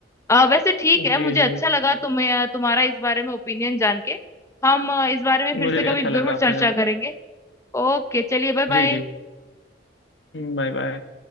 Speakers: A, on the left (about 15°); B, on the left (about 75°).
A: अ, वैसे ठीक है
B: जी
A: मुझे अच्छा
B: जी
A: लगा तुम्हें तुम्हारा इस बारे में ओपिनियन जान के हम अ, इस बारे में
B: मुझे
A: फिर से
B: भी
A: कभी
B: अच्छा
A: जरूर
B: लगा आपका
A: चर्चा
B: जान
A: करेंगे ओके चलिए बाय
B: जी
A: बाय
B: जी Bye bye